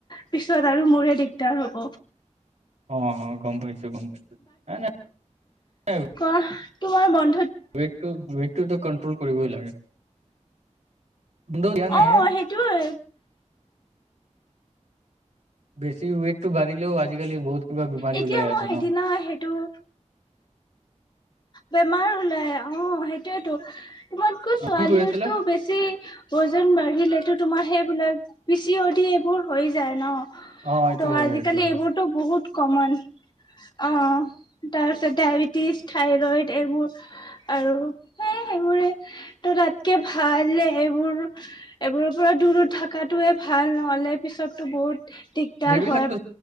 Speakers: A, on the left; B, on the right.
A: পিছত আৰু মোৰে দিগদাৰ হ'ব
B: অ গম পাইছো গম পাইছো নাই নাই
A: অ তোমাৰ মন
B: ৱেটটো ৱেটটো কন কৰিবই লাগে কিন্তু দিয়া নাই
A: অ সেইটোৱে
B: বেছি ৱেইট টো বাঢ়িলেও আজিকালি বহুত কিবা বেমাৰী
A: এতিয়া
B: ওলাই
A: মই
B: আছে
A: সেইদিনা
B: ন
A: সেইটো বেমাৰ ওলাই অ সেইটোয়েতো তোমাতকৈ ছোৱালীৰতো
B: অ কি কৰি আছিলা
A: বেছি ওজন বাঢ়িলেতো তোমাৰ সেইবিলাক পিচি অদি এইবোৰ হৈ যায় ন
B: অ এইটো
A: ত'
B: হয়
A: আজিকালি
B: সেইটো হয়
A: এইবোৰতো বহুত কমন অ তাৰপিছত ডায়েবেটিছ থাইৰইড এইবোৰ আৰু সে সেইবোৰে তো তাতকে ভালে সেইবোৰ এইবোৰৰ পৰা দূৰত থকাটোোৱে ভাল নহ'লে পিছতো বহুত দিগদাৰ
B: সেইবিলাকতো
A: হয়